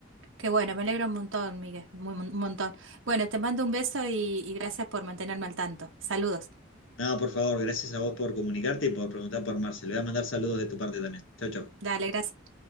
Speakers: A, on the right; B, on the left.
A: qué bueno, me alegro un montón, Miguel, muy, un montón. Bueno, te mando un beso y, y gracias por mantenerme al tanto. Saludos.
B: Nada, por favor, gracias a vos por comunicarte y por preguntar por Marcel. Le voy a mandar saludos de tu parte también. Chau, chau.
A: Dale, gracias.